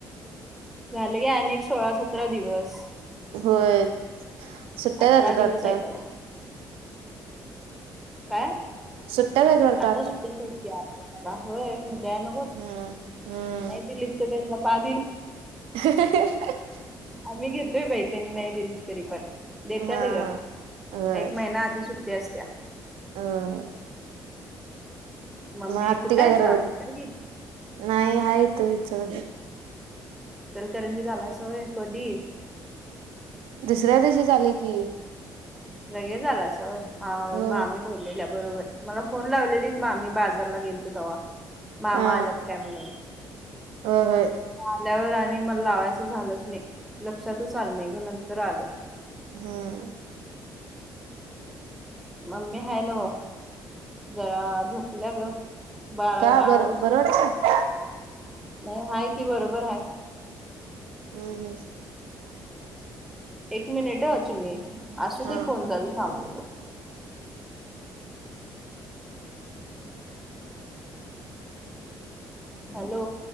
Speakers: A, in the centre; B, on the right.
A: झाले गं अनेक सोळा सतरा दिवस.
B: होय सुट्ट्या
A: अठरा
B: हाय वाटतं.
A: दिवस आहेत अजून काय
B: सुट्ट्या जायत वाटतं
A: आता सुट्ट्या त्या मला होय दया नग ग
B: हम्म हम्म
A: नाही दिलीत तर त्यांचा बा दिलं.
B: <unintelligible>
A: आम्ही घेतोयं बाई त्यांनी नाही दिली तरी पण देत्याग
B: हा होय
A: एक महिना आधी सुट्टी असत्या.
B: होय
A: मम्मी
B: मग आत्ती
A: कुठेंचं
B: काय करायल्यात
A: अमित कडे गेली.
B: नाही आहे इथं दे.
A: इचलकरंजीत आलाय सा कधी
B: दुसऱ्या दिवशी झाले की.
A: लगेचं आलंय अस होय हाय
B: होय
A: मग मामी बोललेल्या बरोबर मला फोन लावलेली. मामी बाजारला गेलेतो तेव्हा मामा
B: हा
A: आलेत काय म्हणून.
B: होय होय.
A: आल्यावर आणि मला लावायचं झालंच नाही लक्षातचं आलं नाही ग नंतर आलं.
B: हम्म,
A: मम्मी आहेना वं जरा झोपल्या ग बारा
B: का
A: बारर्शी.
B: बरं बरं वाटतंय
A: नाही हा हायकी की बरोबर आहे.
B: हम् हम्म,
A: एक मिनिट आहे अची मी असुदे
B: हम्म
A: फोन चालू थांब. हॅलो!